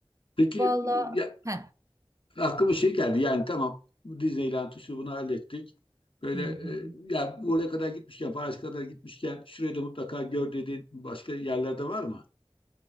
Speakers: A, on the left (about 65°); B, on the right (about 35°).
A: Peki
B: Valla
A: e, ya,
B: heh,
A: aklıma şey geldi yani tamam bu Disneyland'ı şu bunu hallettik. Böyle
B: hı hı.
A: e, ya oraya kadar gitmişken Paris kadar gitmişken şurayı da mutlaka gör dediğin başka yerlerde var mı?